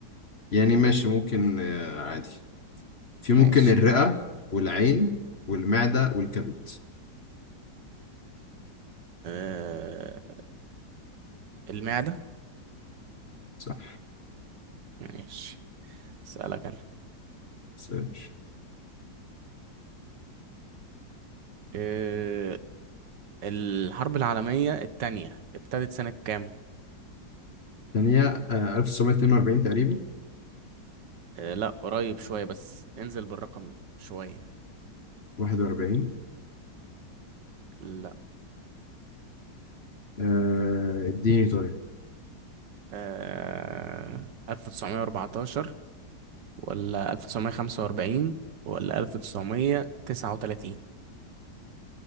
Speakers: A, on the left; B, on the right.
A: يعني ماشي ممكن آه، عادي في
B: ماشي
A: ممكن الرئة والعين والمعدة والكبد
B: آه... المعدة
A: صح
B: ماشي أسألك أنا
A: سيرش
B: آه... الحرب العالمية التانية ابتدت سنة كام؟
A: ثانية آه 1942 تقريبا
B: آه لا قريب شوية بس انزل بالرقم شوية
A: 41
B: لا
A: آه اديني طيب
B: آه 1914 ولا 1945 ولا 1939